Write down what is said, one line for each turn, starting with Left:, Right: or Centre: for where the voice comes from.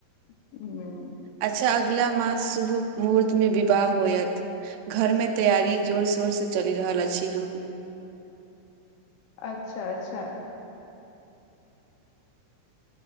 Left: हू
Right: अच्छा अगिला मास शुभ मुहूर्त मे विवाह होयत घर मे तैयारी जोर शोर से चलि रहल छी हम
Left: अच्छा अच्छा